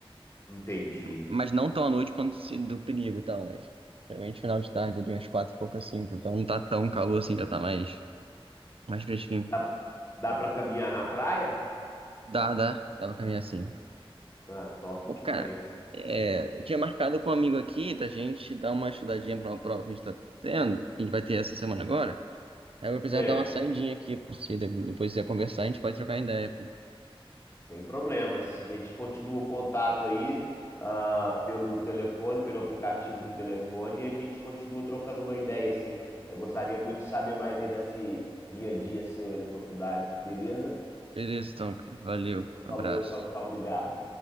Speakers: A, on the left (about 25°); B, on the right (about 70°).
A: Entendi.
B: Mas não tão à noite quanto se do perigo e tal, mas geralmente final de tarde, ali umas quatro e pouca, cinco, então não tá tão calor assim, já tá mais, mais fresquinho.
A: Dá, dá pra caminhar na praia?
B: Dá, dá, dá pra caminhar assim.
A: Ah, top
B: Pô,
A: demais.
B: cara, é,
A: Top.
B: eu tinha marcado com um amigo aqui da gente dar uma estudadinha pra uma prova que a gente tá tendo, que a gente vai ter essa semana agora. Aí eu vou precisar
A: Certo.
B: dar uma saidinha aqui, se de- depois quiser conversar, a gente pode trocar ideia. pô.
A: Sem problemas. A gente continua o contato aí, ah, pelo telefone, pelo aplicativo do telefone, e a gente continua trocando uma ideia, assim. Eu gostaria muito de saber mais aí desse dia a dia seu aí da faculdade, beleza?
B: Beleza, então, cara. Valeu,
A: Então, falou,
B: abraço.
A: tchau, tchau, obrigado.